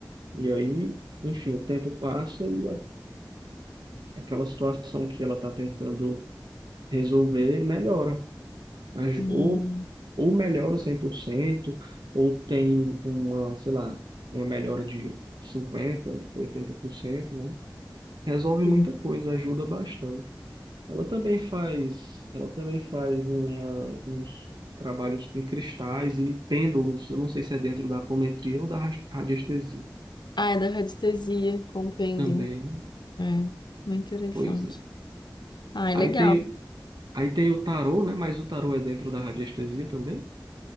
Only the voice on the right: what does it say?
e aí, enfim, o tempo passa e a- aquela situação que ela está tentando resolver melhora. Aj-
Ou, ou melhora 100% ou tem uma, sei lá, uma melhora de cinquenta por cento, oitenta por cento né? Resolve
muita coisa, ajuda bastante. Ela também faz, ela também faz uma- uns trabalhos com cristais e pêndulos. Eu não sei se é dentro da apometria ou da ras- radiestesia
também, né?
Pois é.
Aí
tem, aí tem o tarô, né? Mas o tarô é dentro da radiestesia também?